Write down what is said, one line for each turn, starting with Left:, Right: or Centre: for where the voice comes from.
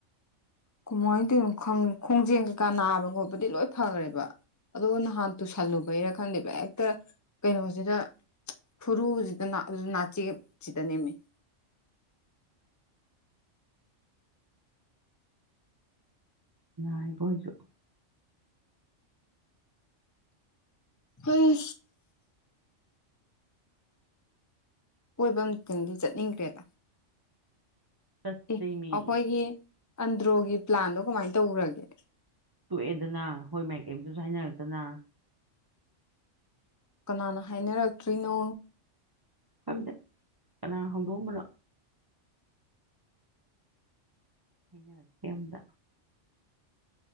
Left: ꯀꯃꯥꯏꯅ ꯇꯧꯅꯣ ꯈꯪ ꯈꯣꯡꯖꯦꯜ ꯀꯩꯀꯥ ꯅꯥꯕ ꯈꯣꯠꯄꯗꯤ ꯂꯣꯏ ꯐꯈ꯭ꯔꯦꯕ ꯑꯗꯣ ꯅꯍꯥꯟ ꯇꯨꯁꯜꯂꯨꯕꯩꯔ ꯈꯪꯗꯦꯕ ꯍꯦꯛꯇ ꯀꯩꯅꯣꯁꯤꯗ ꯐꯔꯨꯁꯤꯗ ꯅꯥꯆꯦ ꯁꯤꯗ ꯅꯦꯝꯃꯤ <unintelligible>
Right: ꯥꯏꯕꯁꯨꯣ
Left: ꯍꯣꯏ ꯀꯣꯏꯕ ꯑꯃꯇꯗꯤ ꯆꯠꯅꯤꯡꯈ꯭ꯔꯦꯗ
Right: ꯁꯁꯤꯃꯤ
Left: ꯑꯦ ꯑꯩꯈꯣꯏꯒꯤ ꯑꯟꯗ꯭ꯔꯣꯒꯤ ꯄ꯭ꯂꯥꯟꯗꯣ ꯀꯃꯥꯏꯅ ꯇꯧꯔꯒꯦ
Right: ꯇꯣꯛꯑꯦꯗꯅ ꯍꯣꯏ ꯃꯥꯏꯀꯩꯝꯇꯁꯨ ꯍꯥꯏꯅꯔꯛꯇꯅ
Left: ꯀꯅꯥꯅ ꯍꯥꯏꯅꯔꯛꯇ꯭ꯔꯤꯅꯣ
Right: ꯀꯗꯦ ꯀꯅꯥ ꯍꯧꯣꯝꯕꯂꯣ ꯑꯩꯅꯛꯇꯦꯝꯗ